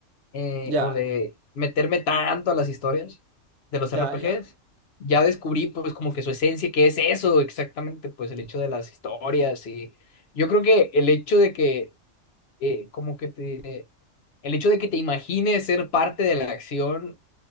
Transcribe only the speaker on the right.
Ya.
Ya, ya.